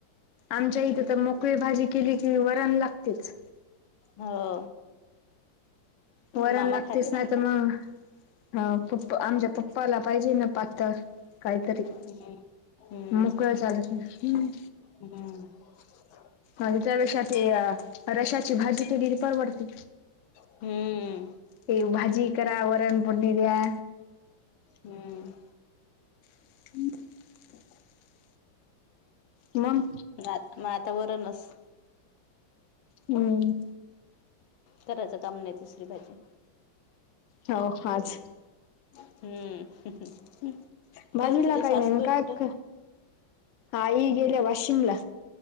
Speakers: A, on the left; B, on the left.
A: आमच्या
B: हम्म
A: इथे तर मोकळी भाजी केली की वरण लागतेच.
B: हो.
A: वरण
B: मामा
A: लागतेच
B: खाते
A: नाही
B: म्हणा
A: तर मग ह प्पपा आमच्या पप्पाला पाहिजे ना पातळ. काहीतरीच
B: हम्म
A: मोकळ चालत हम
B: हम्.
A: आणि त्यापेक्षा ते रशाची भाजी केलेली परवडते.
B: हम्म.
A: ते भाजी करा, वरण फोडणी द्या.
B: हम.
A: <unintelligible> मग
B: <unintelligible> मग आता वरणच.
A: हम्म.
B: करायचं काम नाही तिसरी भाजी
A: हो आज.
B: हम्म
A: भाजीला
B: काय तुझे
A: काही
B: सासूबाई
A: नाही काय
B: कुठेय?
A: आई गेल्या वाशिमला